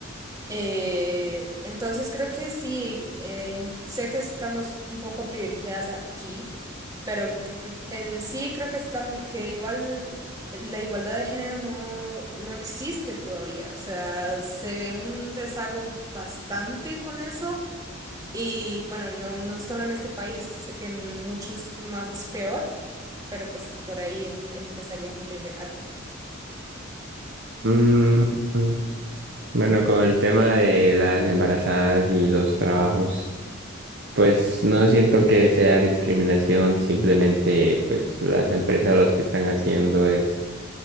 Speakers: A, on the right (about 20°); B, on the right (about 60°).
A: Eh, entonces creo que sí, eh, sé que estamos un poco privilegiadas aquí, pero cre- cre- en sí creo que estamos, que igual la igualdad de género no, no existe todavía. O sea, se ve un rezago bastante con eso. Y bueno, y no, no solo en este país, sé que en muchos más es peor, pero pues sí, por ahí en- empezaría mi primer argumento.
B: bien. Mm, mm, bueno, con el tema de las embarazadas y los trabajos, pues no siento que sea discriminación, simplemente pues las empresas lo que están haciendo es